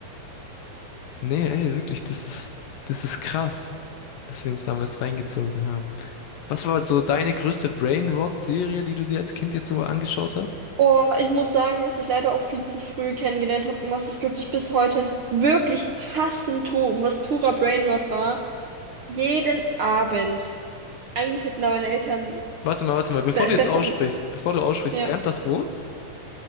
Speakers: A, on the left; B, on the right.
A: Nee, ey, wirklich, das ist, das ist krass, was wir uns damals reingezogen haben. Was war so deine größte Brainrot-Serie, die du dir als Kind jetzt so angeschaut hast?
B: Oh, ich muss sagen, was ich leider auch viel zu früh kennengelernt habe und was ich wirklich bis heute wirklich hassen tue und was purer Brainrot war. Jeden Abend. Eigentlich hätten da meine Eltern
A: Warte mal, warte mal, bevor
B: be
A: du
B: besseren.
A: jetzt aussprichst, bevor du aussprichst,
B: Ja.
A: Bernd das Brot?